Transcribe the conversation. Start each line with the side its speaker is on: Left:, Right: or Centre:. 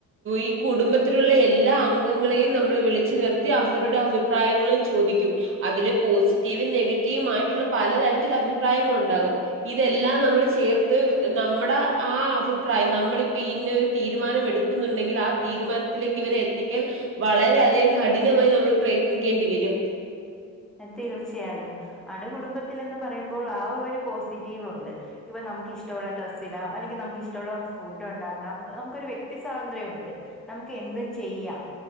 Right: ഈ കുടുംബത്തിലുള്ള എല്ലാ അംഗങ്ങളെയ് ഇ നമ്മള് വിളിച്ച് വരുത്തി അവരുടെ അഭിപ്രായങ്ങള് ചോദിക്കും. അതില് പോസിറ്റീവും നെഗറ്റീവുമാ മറ്റുള്ള പല തരത്തില്ള്ള അഭിപ്രായങ്ങളുണ്ടാകും ഇതെല്ലാം നമ്മള് ചേർത്ത് നമ്മ്ട ആ അഭിപ്രായം നമ്മളിപ്പം ഇന്ന ഒരു തീരുമാനം എടുക്കുന്നുണ്ടെങ്കിൽ. ആ തീരുമാനത്തിലേക്ക് ഇവരെ എത്തിക്കാൻ. വളരെയധികം കഠിനമായി നമ്മൾ പ്രയത്നിക്കേണ്ടി വരും
Centre: <inaudible> ന തീർച്ചയായും അണു കുടുംബത്തിലെന്ന് പറയുമ്പോൾ ആ ഒരു പോസിറ്റീവുണ്ട് ഇപന്ന നമുക്ക് ഇഷ്ടുള്ള ഡ്രാസ് ഇടാം അല്ലെങ്കി ഇഷ്ടള്ള ഫുഡ് ഉണ്ടാക്കാം നമുക്കെരു വ്യക്തിസ്വാന്ത്രയുണ്ട് നമുക്ക് എന്തും ചെയ്യാം